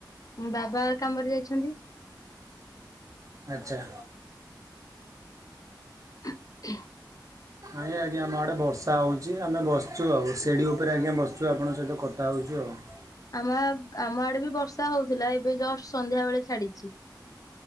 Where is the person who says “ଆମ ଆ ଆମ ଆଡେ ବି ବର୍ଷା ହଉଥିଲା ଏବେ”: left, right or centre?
Left